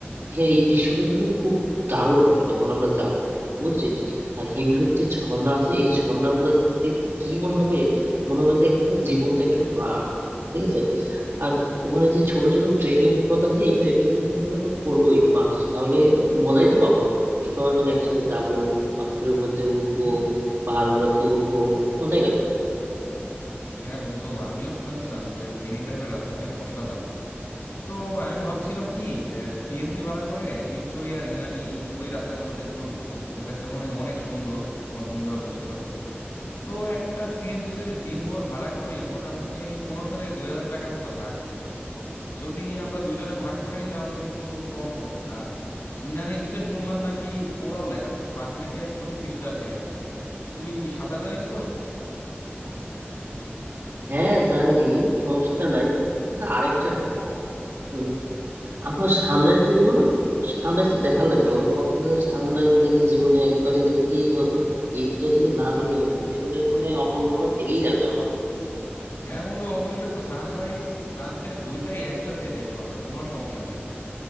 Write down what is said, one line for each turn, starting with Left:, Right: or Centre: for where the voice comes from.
Right: এখানে এই দৃশ্যটা কিন্তু খুব দারুণ হবে যখন আমরা যাব বুঝছিস আর হিমছড়ির যে ঝর্ণা আছে এই ঝর্ণা গুলা দেখতে কি মনে হবে মনে হবে যে একটা জীবন্ত একটা প্রাণ ঠিক আছে আর ওখানে যে ছোট ছোট ট্রেকিং পথ আছে এই ট্রেকিং গুলো কিন্তু আমরা করবোই মাস না হলে মজাই তো পাবো না সবাই মিলে একসাথে যাব পাথরের উপর দিয়ে উঠবো পাহাড় গুলোতে উঠবো মজাই লাগবে
Left: হ্যাঁ বন্ধু আমিও শুনেছিলাম যে মেরিন ড্রাইভের রাস্তা নাকি অসাধারণ তো আমি ভাবছিলাম কি সিএনজি ভাড়া করে হিমছড়ি আর ইনানি ওই রাস্তাগুলোতে ঘুরবো ওই রাস্তাগুলো নাকি অনেক সুন্দর আমার বন্ধুরা বলছিল তো একটা সিএনজি যদি দিনভর ভাড়া করি মোটামুটি পনেরোশো থেকে দুই হাজার টাকার মতো লাগবে যদি আমরা দুইজনে ভাগ করে নিই তাহলে কিন্তু কম পড়ে আর ইনানি বিচে শুনলাম নাকি কোরাল দেখা যায় পানি নাকি একদম ক্রিস্টাল ক্লিয়ার তুই সাঁতার জানিস তো
Right: হ্যাঁ জানি সমস্যা নাই আচ্ছা আরেকটা কথা উম, আমরা সানরাইজ দেখবো না সানরাইজ তো দেখা লাগবে বন্ধু কক্সবাজারের সানরাইজ নাকি জীবনে একবারই দেখতেই হবে এইটা যদি না দেখি বন্ধু জীবনের মানে অপূর্ণতা থেকেই যাবে আমার
Left: হ্যাঁ বন্ধু অবশ্যই তো সানরাইজ সানসেট দুইটাই একসাথে দেখবো আমরা কোনো সমস্যা নেই